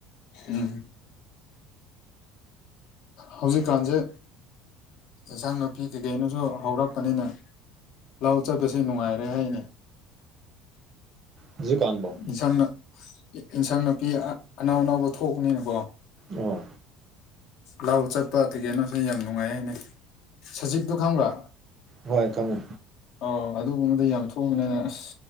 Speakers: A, on the left; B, on the right.
A: ꯎꯝ ꯍꯧꯖꯤꯛꯀꯥꯟꯁꯦ ꯏꯟꯁꯥꯡ ꯅꯥꯄꯤ ꯀꯩꯀꯩꯅꯣꯁꯨ ꯍꯧꯔꯛꯄꯅꯤꯅ ꯂꯥꯛꯑꯣ ꯆꯠꯄꯁꯦ ꯅꯨꯡꯉꯥꯏꯔꯦ ꯍꯥꯏꯅꯦ
B: ꯍꯧꯖꯤꯛꯀꯥꯟꯕꯣ
A: ꯏꯟꯁꯥꯡ ꯏꯟꯁꯥꯡ ꯅꯥꯄꯤ ꯑꯅꯥꯎ ꯑꯅꯥꯎꯕ ꯊꯣꯛꯄꯅꯤꯅꯀꯣ
B: ꯑꯣ
A: ꯂꯥꯛꯑꯣ ꯆꯠꯄ ꯇꯤꯀꯦꯅꯣ ꯁꯤ ꯌꯥꯝ ꯅꯨꯡꯉꯥꯏ ꯍꯥꯏꯅꯦ ꯁꯖꯤꯛꯇꯨ ꯈꯪꯕ꯭ꯔꯥ
B: ꯍꯣꯏ ꯊꯃꯦ
A: ꯑꯣ ꯑꯗꯨꯒꯨꯝꯕꯗ ꯌꯥꯝ ꯊꯣꯛꯣꯡꯑꯕꯅꯤꯅ ꯑꯁ